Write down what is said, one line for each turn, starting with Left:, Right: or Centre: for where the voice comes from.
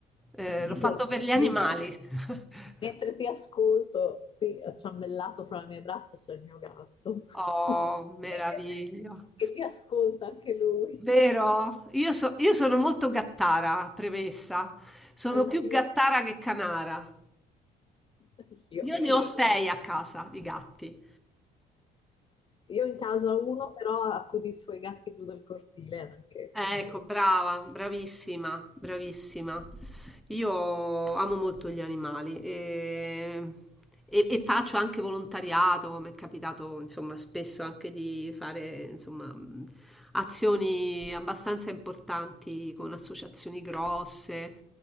Centre: Eh,
Left: Nico,
Centre: l'ho fatto per gli animali.
Left: mentre,
Centre: <laughs>
Left: mentre ti ascolto, qui acciambellato fra le mie braccia c'è il mio gatto,
Centre: Oh,
Left: <laughs>
Centre: meraviglio.
Left: che ti ascolta anche lui,
Centre: Vero? Io, so- io sono molto gattara, premessa. Sono
Left: anch'io,
Centre: più gattara che canara.
Left: anch'io,
Centre: Io
Left: idem.
Centre: ne ho sei a casa di gatti.
Left: Io in casa ho uno, però accudo i suoi gatti giù dal cortile anche,
Centre: Eh,
Left: quindi...
Centre: Ecco, brava, bravissima, bravissima. Io amo molto gli animali e, e- e faccio anche volontariato, mi è capitato insomma spesso anche di fare insomma mh, azioni abbastanza importanti con associazioni grosse